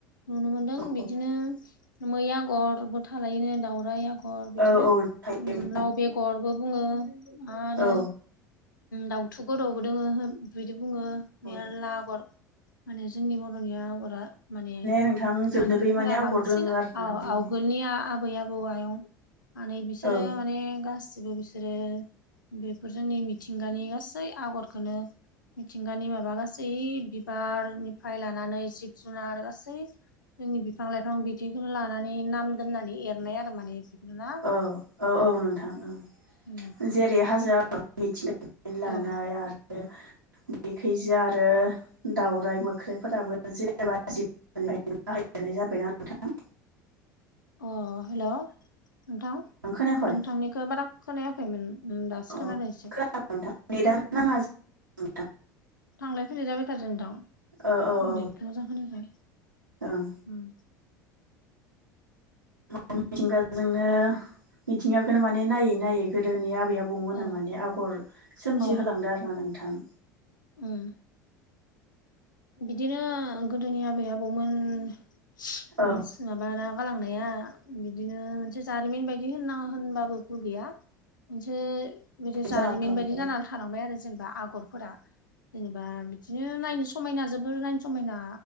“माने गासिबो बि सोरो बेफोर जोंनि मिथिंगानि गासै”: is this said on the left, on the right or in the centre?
Left